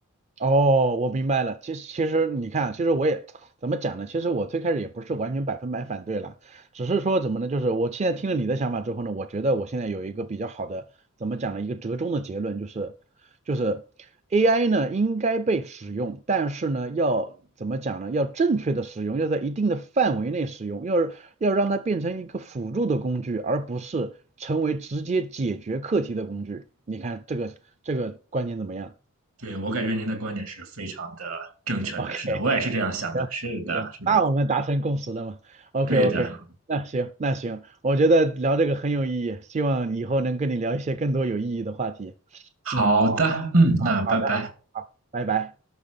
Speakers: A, on the right; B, on the right.
A: 哦，我明白了。其实，其实你看，其实我也怎么讲呢？其实我最开始也不是完全百分百反对啦，只是说怎么呢？就是我现在听了你的想法之后呢，我觉得我现在有一个比较好的，怎么讲呢？一个折中的结论就是，就是 AI 呢应该被使用，但是呢要怎么讲呢？要正确的使用，要在一定的范围内使用，要要让它变成一个辅助的工具，而不是成为直接解决课题的工具。你看这个这个观点怎么样？
B: 对，我感觉您的观点是非常的正确的，
A: o k
B: 是的，我也是这样想的，
A: 行行，
B: 是的，是的，
A: 那我们达成共识了嘛？OK
B: 对的，
A: OK，那行那行，我觉得聊这个很有意义，希望以后能跟你聊一些更多有意义的话题。
B: 好的，
A: 嗯，
B: 嗯，
A: 好好的，
B: 那拜拜。
A: 好，拜拜。